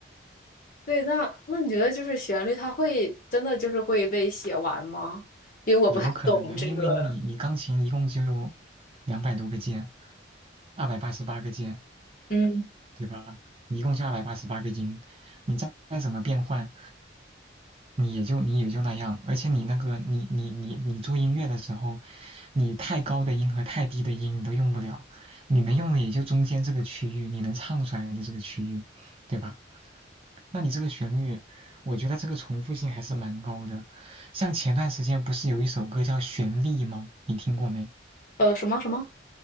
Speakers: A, on the left; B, on the right.
A: 对，那那你觉得就是旋律它会真的就是会被写完吗？因为我不太懂这个，
B: 有可能的，因为你你钢琴一共就两百多个键。二百八十八个键，
A: 嗯，
B: 对吧？你一共就二百八十八个音，你再再怎么变换，你也就你也就那样。而且你那个你你你你做音乐的时候，你太高的音和太低的音你都用不了，你能用的也就中间这个区域，你能唱出来的这个区域，对吧？那你这个旋律，我觉得这个重复性还是蛮高的。像前段时间不是有一首歌叫《旋律》吗？你听过没？
A: 呃，什么什么